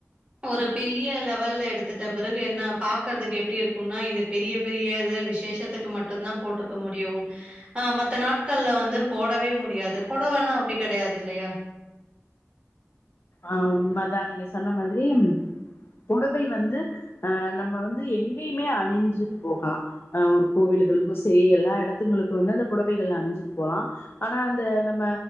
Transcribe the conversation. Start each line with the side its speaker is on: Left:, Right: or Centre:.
Right: ஒரு பெரிய லெவல்ல எடுத்துட்ட பிறகு என்ன பாக்கறதுக்கு எப்படி இருக்கும்னா இது பெரிய பெரிய விசேஷத்துக்கு மட்டுும்்தான் போட்டுக்க முடியும் ஆஹ் மத்த நாட்கள்ல வந்து போடவே முடியாது போடவேனா அப்படி கிடையாது இல்லையா
Left: ஆஹ் உண்மைாதான் நீங்க சொன்ன மாதிரி புடவை வந்து அஹ் நம்ம வந்து எங்கேயுமே அணிஞ்சுட்டு போகலாம் அஹ் ஒரு கோவில்களுக்கும் சரி எல்லா இடத்துங்களுக்கும் வந்து அந்த புடவைகள்ல அணிஞ்சிட்டு போகலாம் ஆனா அந்த நம்ம